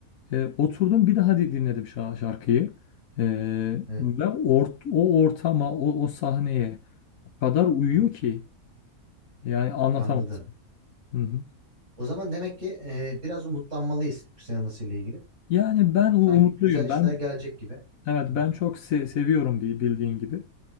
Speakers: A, on the left; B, on the right.
A: e, oturdum bir daha di- dinledim şa- şarkıyı. E,
B: evet.
A: ve ort o ortama, o, o sahneye o kadar uyuyor
B: Hı hı.
A: ki yani anlatamazsın.
B: Anladım.
A: Hı hı.
B: O zaman demek ki e, biraz umutlanmalıyız Türk sineması ile ilgili.
A: Yani ben u-
B: Sanki
A: umutluyum.
B: güzel işler
A: Ben
B: gelecek gibi.
A: evet
B: Hı hı.
A: ben çok se- seviyorum bi- bildiğin gibi.